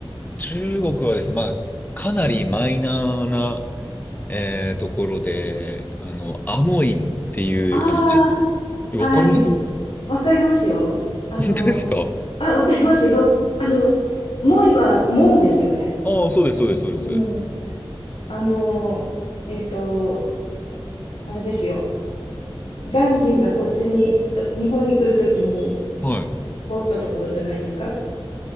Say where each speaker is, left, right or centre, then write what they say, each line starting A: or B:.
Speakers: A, on the left; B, on the left.
A: 中国はですね、まあ、かなりマイナーな、えーところで、あの、アモイっていう、
B: ああ
A: あの、ち、わかります
B: ー、はい。わかりますよ。あの、
A: 本当ですか
B: あ、わかりますよ。あの、門は門ですよね。
A: ああ、そうです、
B: うん、
A: そうです、そうです。
B: うんあの、えっと、あれですよ。鑑真がこっちに、と日本に来るときに
A: はい。
B: 通ったところじゃないですか。